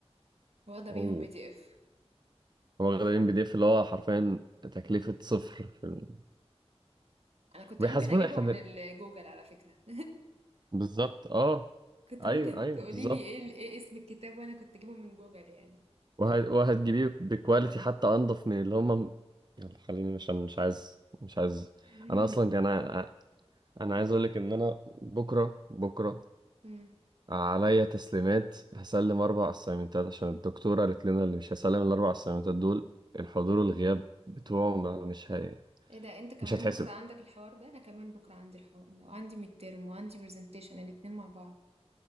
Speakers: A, on the right; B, on the right.
A: واخدة بيهم
B: اوه
A: بي دي اف
B: هو واخدين بي دي اف اللي هو حرفيا تكلفه صفر في الم...
A: انا كنت
B: بيحاسبونا
A: ممكن اجيبهم
B: احنا بن-
A: من الجوجل على فكرة <laughs>
B: بالظبط اه
A: كنت
B: ايوه
A: ممكن
B: ايوه
A: تقولي
B: بالظبط
A: لي ايه ايه اسم الكتاب وانا كنت اجيبه من جوجل يعني
B: وه- وهتجيبيه بكواليتي حتى انضف من اللي هم يلا خليني عشان مش عايز مش عايز
A: <laughs>
B: انا اصلا انا انا عايز اقول لك ان انا بكره بكره
A: مم.
B: عليا تسليمات هسلم اربع اسايمنتات عشان الدكتوره قالت لنا اللي مش هيسلم الاربع اسايمنتات دول الحضور والغياب بتوعه ما- مش هي...
A: ايه ده انت كمان
B: مش هتحسب
A: بكره عندك الحوار ده انا كمان بكره عندي الحوار ده وعندي ميد ترم وعندي برزنتيشن الاتنين مع بعض